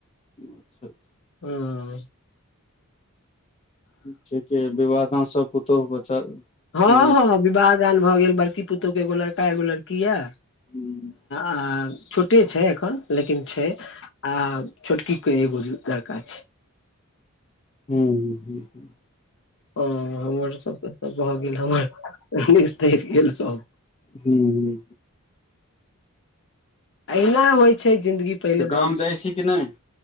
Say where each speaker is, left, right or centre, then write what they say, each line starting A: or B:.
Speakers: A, on the left (about 30°); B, on the left (about 60°).
A: अच्छा अच्छा
B: आँ
A: ठीके विवाह दान सब पुतहु बच्चा
B: हँ
A: नहि
B: हँ विवाह दान भऽ गेल बड़की पुतहु के एगो लड़का एगो लड़की किया
A: हूँ
B: आ छोटे छै एखन लेकिन छै आ छोटकी के एगो लड़का छै
A: हूँ हूँ हूँ हूँ
B: ह हमर सब त सब भऽ गेल हमर गेल सब
A: हू हु
B: अहिना होइ छै जिन्दगी पहिले
A: तऽ गाम जाइ छी कि नहि